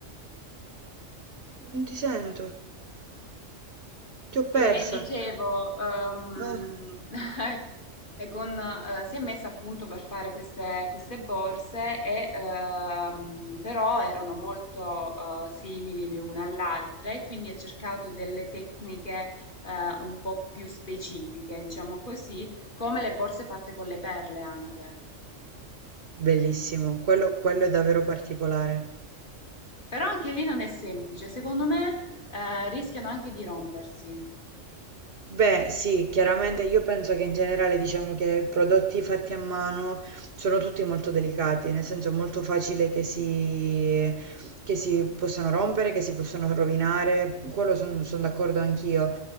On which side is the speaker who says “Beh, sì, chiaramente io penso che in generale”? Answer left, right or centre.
Right